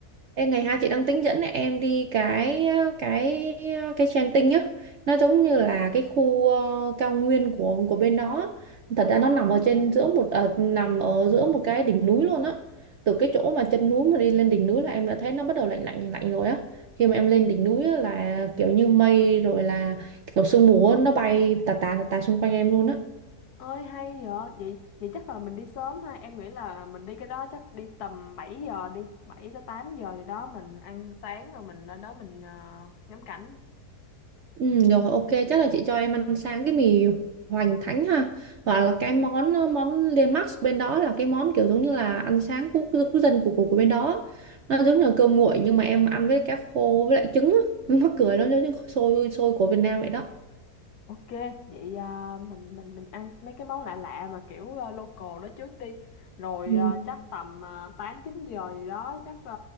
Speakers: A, on the right (about 65°); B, on the left (about 75°).
A: Ê, ngày hai chị đang tính dẫn em đi cái cái cái Genting nhá nó giống như là cái khu ờ, cao nguyên của của bên đó thật ra nó nằm ở trên giữa một ờ, nằm ở giữa một cái đỉnh núi luôn á từ cái chỗ mà chân núi mà đi lên đỉnh núi là em đã thấy nó bắt đầu lạnh lạnh lạnh lạnh rồi á khi mà em lên đỉnh núi á, là kiểu như mây rồi là kiểu sương mù á, nó bay tà tà tà tà xung quanh em luôn á
B: ơi hay vậy vậy vậy chắc là mình đi sớm ha em nghĩ là mình đi cái đó chắc đi tầm bảy giờ đi 7 tới 8 giờ gì đó mình ăn sáng rồi mình lên đó mình ờ, ngắm cảnh
A: Ừ, được rồi, ok chắc là chị cho em ăn sáng cái mì hoành thánh ha hoặc là cái món món Le Max bên đó là cái món kiểu giống như là ăn sáng quốc quốc dân của của, của bên đó nó giống như là cơm nguội nhưng mà em ăn với cá khô với lại trứng á Nó mắc cười nó giống như xôi xôi của Việt Nam vậy đó
B: Ok, vậy à, mình mình mình ăn mấy cái món lạ lạ mà kiểu à, local đó trước đi. Rồi
A: ừ.
B: à, chắc tầm uh, 8 9 giờ gì đó chắc à,